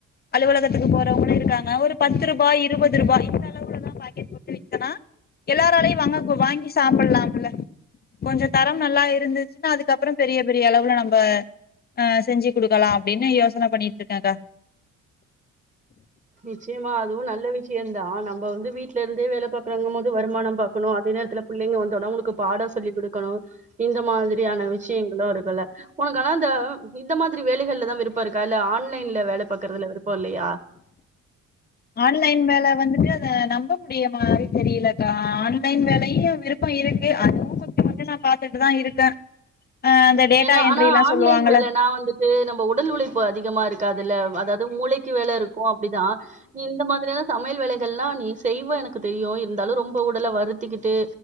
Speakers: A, on the left; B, on the right.
A: அலுவலகத்துக்கு போறவுங்களும் இருக்காங்க ஒரு பத்து ரூபாய் இருவது ரூபாய் இந்த அளவுலதான் பாக்கட் போட்டு விக் ஆ எல்லாராலயையும் வாங்க கு வாங்கி சாப்பிட்லாம் அல கொஞ்ச தரம் நல்லா இருந்துச்சுனா அதுக்கப்றோ பெரிய பெரிய அளவுல நம்ப அ செஞ்சுக் குடுக்கலாம் அப்டின்னு யோசன பண்ணிட்ருக்கேக்கா
B: நிச்சயமா அதுவும் நல்ல விஷயம்தான் நம்ம வந்து வீட்டுல இருந்தே வேலை பாாரக்குறவங்க போது வருமானம் பாக்கணும் அதே நேரத்துல பிள்ளைங்க வந்தோடா உங்களுக்கு பாடம் சொல்லி கொடுக்கணும் இந்த மாதிரியான விஷ்யங்களும் இருக்குல்ல உனக்கலா இந்த இந்த மாதிரி வேலைகள்ல தான் விருப்பம் இருக்கா இல்ல ஆ ஆன்லைன்ல வேல பாக்றதுல விருப்போ இல்லையா
A: ஆன்லைன் வேல வந்துட்டு அத நம்ப முடிய மாரி தெரியலக்கா ஆன்லைன் வேலையு விருப்பமிருக்கு அதுவு கொஞ்சோ கொஞ்சோ நா பாத்துட்டுதா இருக்கே ஆ அந்த டேட்டா
B: ஏன்னா
A: என்ட்ரிலா
B: ஆனா ஆன்லைன்
A: சொல்லுவாங்கல்ல
B: வேலைன்னா வந்துட்டு நம்ம உடல் உழைப்பு அதிகமாருக் அதுல அத மூளைக்கு வேல இருக்கு அப்டிதா நீ இந்த மாதிரியான சமையல் வேலைகளா நீ செய்வ எனக்கு தெரியு இருந்தாலு ரொம்ப உடலை வருத்திக்கிட்டு